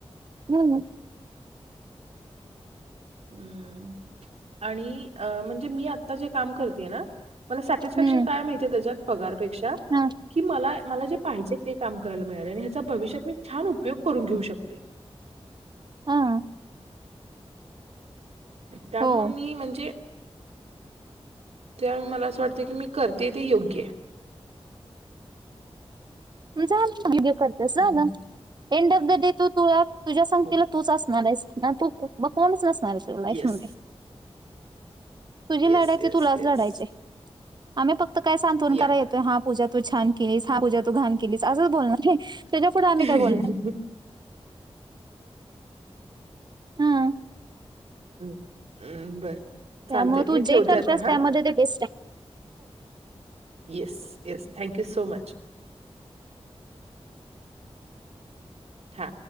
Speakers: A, on the right; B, on the right.
A: ह
B: हम् आणि अ म्हणजे मी आता जे काम करतेय ना मला सॅटिस्फॅक्शन
A: हं.
B: काय माहिती त्याच्यात पगारपेक्षा
A: हां,
B: की मला मला जे पाहिजे ते काम करायला मिळाले आणि ह्याचा भविष्यात मी छान उपयोग करून घेऊ शकते
A: हा
B: त्यामु
A: हो.
B: मी म्हणजे त्यावेळी मला असं वाटतं की मी करते ते योग्य आहे <inaudible>
A: झालं वडिओ करतास झालं
B: हं.
A: एंड ऑफ द डे तू तुळा तुझ्या सगतीला
B: हो.
A: तूच असणार आहेस ना तू म कोणच नसणार आहे तुझ लाईफ
B: येस.
A: मध्ये तुझी
B: येस,
A: लढाय
B: येस,
A: त तुलाच
B: येस.
A: लढायची आम्ही फक्त काय सांत्वन
B: या.
A: करा येतोय हा पूजा तू छान केलीस हा पूजा तू घाण केलीस असंच बोलणार त्याच्या पुुढं आम्ही
B: बरोबर,
A: काय बोलणार हम्
B: हम् हम्म बर
A: त्यामुळे
B: चालते
A: तू
B: मी
A: जे
B: ठेवते
A: करतेस
B: आता हा
A: त्यामध्ये ते बेस्ट आहे
B: yes yes thank you so much हा